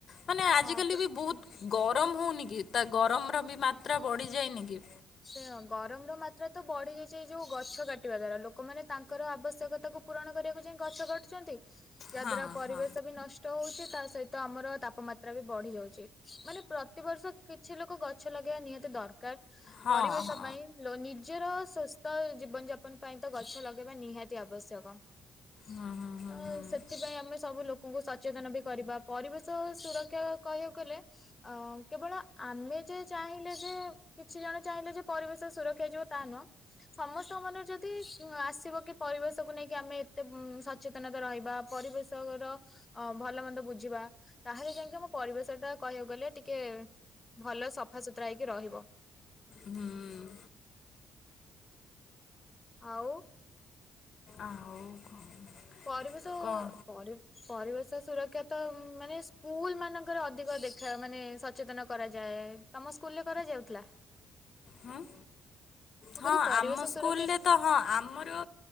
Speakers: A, on the left (about 55°); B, on the left (about 20°).
A: ମାନେ ଆଜିକାଲି
B: ହଁ
A: ବି ବହୁତ ଗରମ ହେଉନି କି? ତା ଗରମ ର ବି ମାତ୍ରା ବଢି ଯାଇନି କି?
B: ସେୟା ଗରମ ର ମାତ୍ରା ତ ବଢି ଯାଇଛି ଏଇ ଯୋଉ ଗଛ କାଟିବା ଦ୍ଵାରା ଲୋକମାନେ ତାଙ୍କର ଆବଶ୍ୟକତାକୁ ପୂରଣ କରିବାକୁ ଯାଇ ଗଛ କାଟୁଛନ୍ତି। ଯାଦ୍ୱାରା
A: ହଁ
B: ପରିବେଶ
A: ହଁ
B: ବି ନଷ୍ଟ ହୋଇଚି। ତା ସହିତ ଆମର ତାପମାତ୍ରା ବି ବଢି ଯାଉଛି। ମାନେ ପ୍ରତିବର୍ଷ କିଛି ଲୋକ ଗଛ ଲଗେଇବା ନିହାତି ଦରକାର।
A: ହଁ
B: ପରିବେଶ
A: ହଁ
B: ପାଇଁ ଲୋ ନି ରାଜ୍ୟର ସୁସ୍ଥ ଜୀବନ ଯାପନ ପାଇଁ ତ ଗଛ ଲଗେଇବା ନିହାତି ଆବଶ୍ୟକ।
A: ହଁ ହୁଁ ହୁଁ ହୁଁ
B: ତ ସେଥିପାଇଁ ଆମେ ସବୁ ଲୋକଙ୍କୁ ସଚେତନ ବି କରିବା ପରିବେଶ ସୁରକ୍ଷା କହିବାକୁ ଗଲେ ଅ କେବଳ ଆମେ ଯେ ଚାହିଁଲେ ଯେ କିଛି ଜଣ ଚାହିଁଲେ ଯେ ପରିବେଶ ସୁରକ୍ଷା ଯିବ ତାହା ନୁହଁ। ସମସ୍ତ ମନରେ ଯଦି ଆସିବ କି ପରିବେଶକୁ ନେଇକି ଆମେ ଏତେ ସଚେତନତା ରହିବା ପରିବେଶର ଭଲ ମନ୍ଦ ବୁଝିବା ତାହେଲେ ଯାଇକି ଆମ ପରିବେଶ ଟା କହିବାକୁ ଗଲେ ଟିକେ ଭଲ ସଫା ସୁତୁରା ହେଇକି ରହିବ।
A: ହୁଁ ହୁଁ
B: ଆଉ।
A: ଆଉ କଣ
B: ପରିବେଶ
A: କଣ
B: ପର ପରିବେଶ ସୁରକ୍ଷା ତ ମାନେ ସ୍କୁଲ ମାନଙ୍କରେ ଅଧିକ ଦେଖା ମାନେ ସଚେତନ କରାଯାଏ। ତମ ସ୍କୁଲରେ କରାଯାଉଥିଲା।
A: ହୁଁ
B: ମୁଁ
A: ହଁ
B: କହିଲି ପରିବେଶ
A: ଆମ ସ୍କୁଲରେ
B: ସୁରକ୍ଷା
A: ତ ହଁ ଆମର